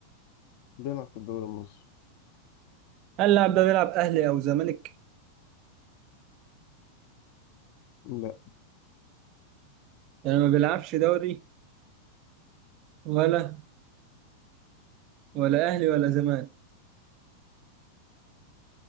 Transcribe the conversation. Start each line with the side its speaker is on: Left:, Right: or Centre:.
Left: بيلعب في الدوري المصري
Right: هل اللاعب ده بيلعب اهلي او زمالك
Left: لا
Right: يعني ما بيلعبش دوري ولا ولا اهلي ولا زمالك